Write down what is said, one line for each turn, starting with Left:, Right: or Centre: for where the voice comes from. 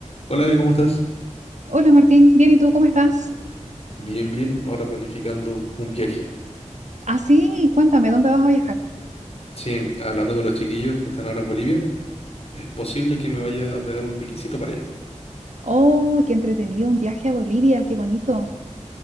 Left: Hola, Evi, ¿cómo estás?
Right: Hola Martín, bien, ¿y tú cómo estás?
Left: Bien, bien. Ahora planificando un viaje.
Right: Ah, sí, cuéntame, ¿dónde vas a viajar?
Left: Sí, hablando con los chiquillos que están ahora en Bolivia, es posible que me vaya a pegar un piquecito para allá.
Right: Oh, qué entretenido, un viaje a Bolivia, qué bonito.